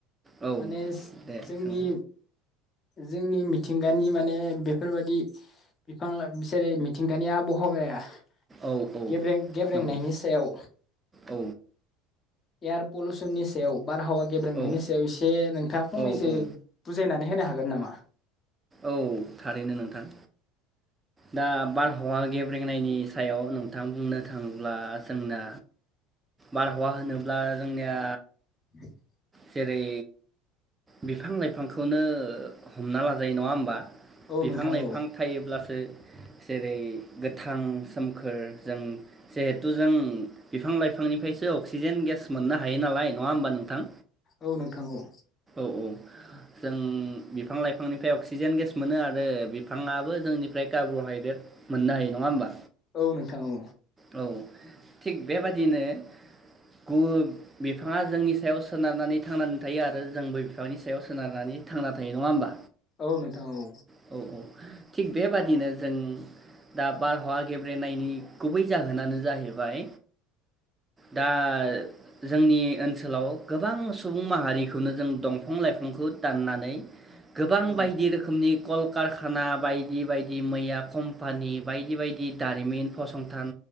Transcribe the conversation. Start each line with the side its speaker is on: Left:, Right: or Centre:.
Right: औ
Left: माने
Right: दे
Left: जोंनि।
Right: सों
Left: जोंनि मिथिंगानि माने बेफोरबादि बिफां लाइ जेरै थिंगानिया आबहावाया
Right: औ औ
Left: गेब्रें गेब्रेंनायनि
Right: नंगौ
Left: सायाव
Right: औ
Left: एयार फुलसननि सायाव बारहावा गेब्रेंनायनि
Right: औ
Left: सायाव एसे नोंथां फंनैसो
Right: औ औ
Left: बुजायनानै होनो हा हागोन नामा?
Right: औ थारैनो नोंथां। दा बारहावा गेब्रेंनायनि सायाव नोंथां बुंनो थाङोब्ला जोंना बारहावा होनोब्ला जोंनिया
Left: <inaudible>
Right: जेरै बिफां लाइफांखौनो हमना लाजायो नङा होमबा?
Left: औ
Right: बिफां
Left: नोंथां
Right: लाइफां
Left: औ
Right: थायोब्लासो जेरै गोथां सोमखोर जों जिहेथु जों बिफां लाइफांनिफ्रायसो अक्सिजेन गेस मोननो हायो नालाय नङा होमबा नोंथां?
Left: औ नोंथां औ।
Right: अ जों बिफां लाइफांनिफ्राय अक्सिजेन गेस मोनो आरो बिफाङाबो जोंनिफ्राय कार्ब्रहाइद्रेट मोननो हायो नङा होमबा?
Left: औ नोंथां औ
Right: औ थिग बेबादिनो गु बिफाङा जोंनि सायाव सोनारनानै थांनानै थायो आरो बिफांनि सायाव सोनारनानै थांना थायो नङा होमबा?
Left: औ नोंथां औ।
Right: औ थिग बेबादिनो जों दा बारहावा गेब्रेनायनि गुबै जाहोनानो जाहैबाय दा जोंनि ओनसोलाव गोबां सुबुं माहारि खौनो जों दंफां लाइफांखौ दाननानै गोबां
Left: औ
Right: बायदि रोखोमनि कलकारखाना बायदि बायदि मैया कम्पानि बायदि बायदि दारिमिन फसंथान